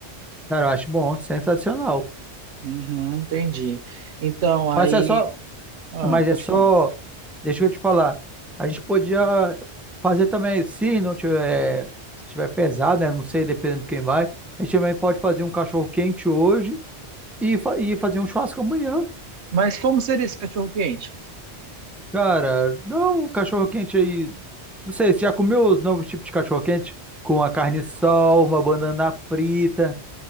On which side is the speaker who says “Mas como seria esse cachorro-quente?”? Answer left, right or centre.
Right